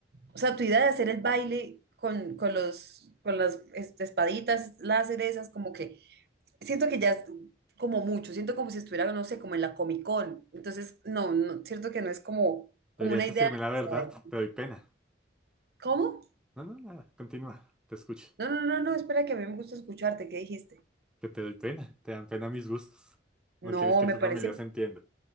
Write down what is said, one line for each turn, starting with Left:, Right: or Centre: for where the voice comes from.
Right: o sea, tu idea de hacer el baile con, con los, con las este, espaditas, láseres, esas como que siento que ya es como mucho, siento como si estuviera, no sé, como en la Comic Con, entonces no, no, siento que no es como, como
Centre: Deberías
Right: una
Centre: decirme
Right: idea
Centre: la
Right: que
Centre: verdad,
Right: sea de-
Centre: te doy pena.
Right: ¿Cómo?
Centre: No, no, nada, continúa, te escucho.
Right: No, no, no, no, espera que a mí me gusta escucharte, ¿qué dijiste?
Centre: Que te doy pena, te dan pena mis gustos.
Right: No,
Centre: No quieres que
Right: me
Centre: tu
Right: parece
Centre: familia se entienda.